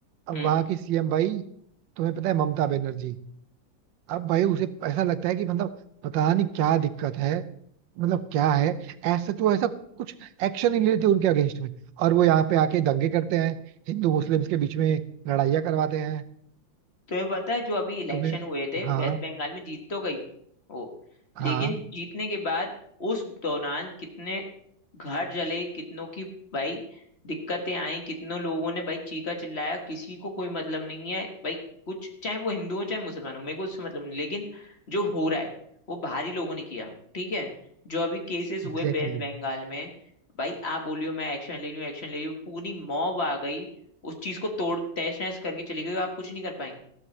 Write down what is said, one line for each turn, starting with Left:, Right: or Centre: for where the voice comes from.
Right: अब
Left: हम्म।
Right: वहाँ की सीएम भाई तुम्हें पता है ममता बनर्जी अब भाई उसे ऐसा लगता है कि मतलब पता नहीं क्या दिक्कत है मतलब क्या है ऐसा तो ऐसा कुछ एक्शन ही नहीं लेते उनके अगेंस्ट में और वो यहाँ पे आके दंगे करते हैं हिंदू मुस्लिम्स के बीच में लड़ाइयाँ करवाते हैं
Left: तुम्हें पता है जो अभी इलेक्शन
Right: तुमने
Left: हुए थे
Right: हाँ
Left: वेस्ट बंगाल में जीत तो गई वो
Right: हाँ
Left: लेकिन जीतने के बाद उस दौरान कितने घर जले कितनों की भाई दिक्कतें आई कितनों लोगों ने भाई चीखा चिल्लाया किसी को कोई मतलब नहीं है भाई कुछ चाहे वो हिंदू हो चाहे मुसलमान हो मेरे को उससे मतलब नहीं लेकिन जो हो रहा है वो बाहरी लोगों ने किया ठीक है जो अभी केसेस हुए
Right: Exactly
Left: वेस्ट
Right: exactly.
Left: बंगाल में भाई आप बोलियो मैं एक्शन ले रही हूँ एक्शन ले रही हूँ पूरी मॉब आ गई उस चीज को तोड़ तहस नहस करके चली गई आप कुछ नहीं कर पाई